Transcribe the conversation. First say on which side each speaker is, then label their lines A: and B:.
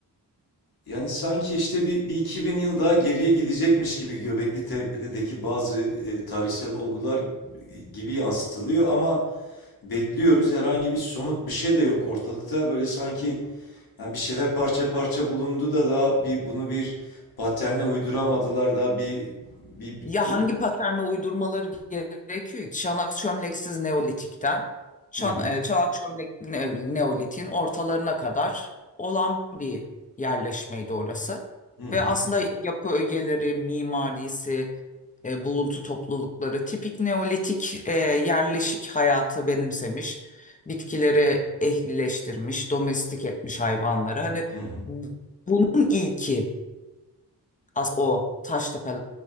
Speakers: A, on the left (about 60°); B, on the left (about 20°).
A: Yani sanki işte bir, bir 2000 yıl daha geriye gidecekmiş gibi Göbekli Tepe'deki bazı e, tarihsel olgular gibi yansıtılıyor ama Bekliyoruz. Herhangi bir somut bir şey de yok ortalıkta. Böyle sanki yani bir şeyler parça parça bulundu da daha bir bunu bir paterne uyduramadılar da bir bir, bir
B: Ya
A: tu-
B: hangi paterne uydurmaları gerekiyor? Çanak çömleksiz Neolitik'ten, çan,
A: hı hı
B: e, çanak çömlekli Ne- Neolitik'in ortalarına kadar olan bir yerleşmeydi orası.
A: hı hı
B: Ve aslında yapı ögeleri, mimarisi, e, buluntu toplulukları tipik Neolitik e, yerleşik hayatı benimsemiş, bitkileri ehlileştirmiş, domestik etmiş hayvanları. Hani
A: hı hı.
B: bunun ilki as o Taştepe